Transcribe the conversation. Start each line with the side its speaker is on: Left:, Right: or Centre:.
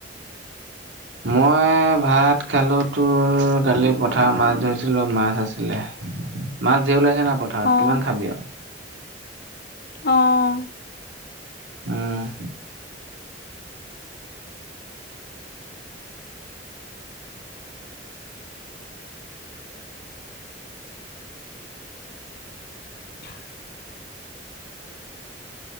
Right: মই ভাত খালো, তোৰ কালি পথাৰত মাছ ধৰিছিলো। মাছ আছিলে।
Left: <inaudible>
Right: মাছ ধেৰ ওলাইছে না পথাৰত,
Left: অ
Right: কিমান খাবি আৰু।
Left: অ',
Right: উম্।
Left: <unintelligible>